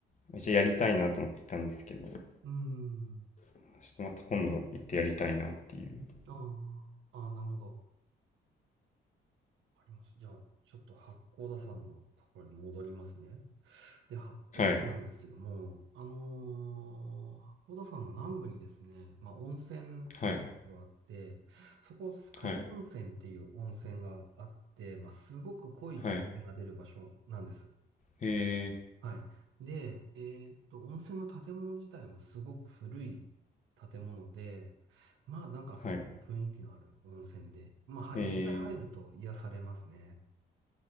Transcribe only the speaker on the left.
めっちゃやりたいなと思ってたんですけどちょ
っとまた今度行ってやりたいなっていう
はい
はい
はい
はいえ
ー、はい
え